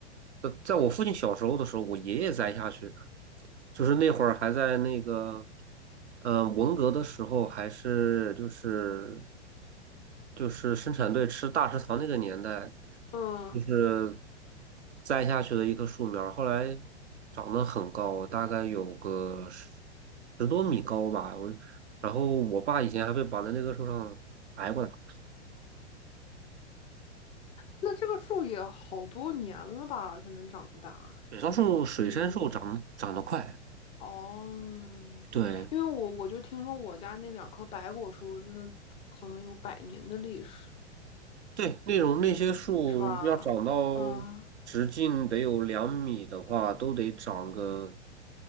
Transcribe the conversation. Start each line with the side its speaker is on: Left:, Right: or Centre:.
Right: 呃，在我父亲小时候的时候，我爷爷栽下去的。就是那会儿还在那个，嗯、文革的时候，还是就是就是生产队吃大食堂那个年代，
Left: 嗯，
Right: 就是栽下去的一棵树苗儿后来长得很高，大概有个十十多米高吧。我，然后我爸以前还被绑在那棵树上挨过打。
Left: 那这个树也好多年了吧才能长大，
Right: 水杉树、水杉树长得长得快，
Left: 嗯。哦，
Right: 对，
Left: 因为我我就听说我家那两棵白果树真的可能有百年的历史。
Right: 对，那种那些树要长到直径得有两米的话，
Left: 是吧？嗯
Right: 都得长个